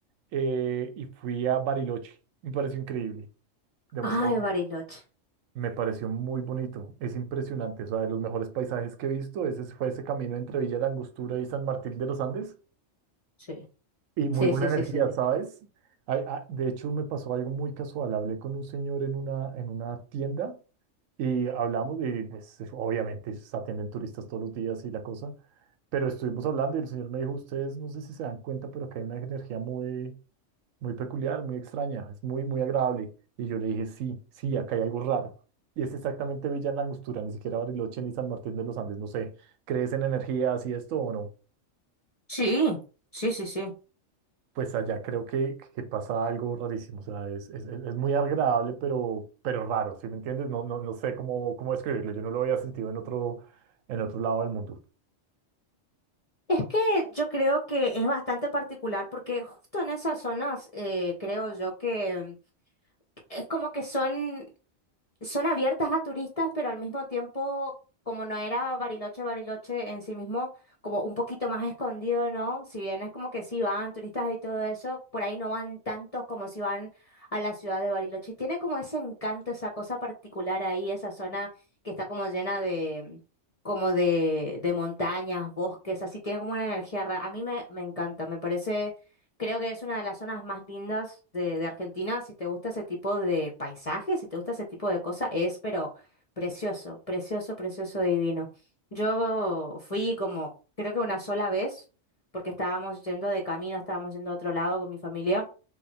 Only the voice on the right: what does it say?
eh, y fui a Bariloche, me pareció increíble, demasiado
bonito,
me pareció muy bonito, es impresionante, o sea, de los mejores paisajes que he visto, ese fue ese camino entre Villa La Angostura y San Martín de los Andes
y muy
buena
energía,
¿sabes? Ay, ah, de hecho, me pasó algo muy casual, hablé con un señor en una, en una tienda. Y hablamos y pues obviamente se atienden turistas todos los días y la cosa, pero estuvimos hablando y el señor me dijo, ustedes no sé si se dan cuenta, pero acá hay una energía muy, muy peculiar, muy extraña, es muy, muy agradable. Y yo le dije, sí, sí, acá hay algo raro. Y es exactamente Villa en la Angostura, ni siquiera Bariloche ni San Martín de los Andes, no sé, ¿crees en energías y esto o no?
pues allá creo que, que pasa algo rarísimo, o sea, es, es, es- es muy agradable, pero, pero raro, ¿sí me entiendes? No, no, no sé cómo, cómo describirlo, yo no lo había sentido en otro, en otro lado del mundo.